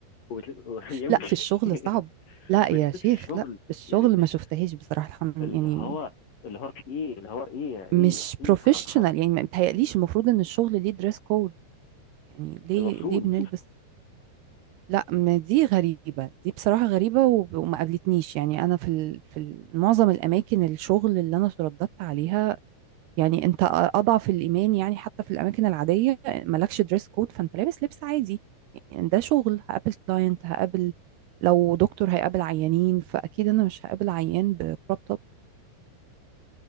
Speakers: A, on the left; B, on the right.
A: وبيتلبس <laughs> يمكن
B: لا في الشغل صعب لا
A: بيتلبس
B: يا شيخ
A: في الشغل
B: لا في الشغل
A: يعني
B: ما شفتهاش بصراحه الحمد
A: اللي
B: يعني
A: هو اللي هو في ايه اللي هو ايه ايه
B: مش
A: ايه
B: بروفيشنال
A: ح... ح...
B: يعني ما متهيأليش المفروض ان الشغل ليه دريس كود يعني ليه
A: المفروض
B: ليه بنلبس
A: <laughs>
B: لا ما دي غريبة دي بصراحة غريبة وب- وما قابلتنيش يعني أنا في ال... في ال- معظم الأماكن الشغل اللي أنا اترددت عليها يعني أنت أضعف الإيمان يعني حتى في الأماكن العادية مالكش دريس كود فأنت لابس لبس عادي يعني ده شغل هقابل كلاينت هقابل لو دكتور هيقابل عيانين فأكيد أنا مش هقابل عيان بكروب توب